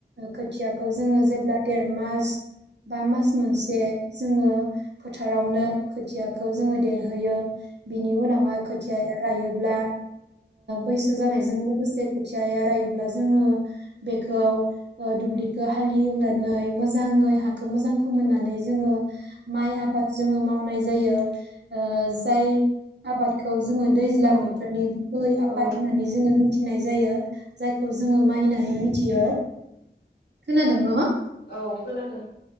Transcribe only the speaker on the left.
औ
औ
औ खोनादो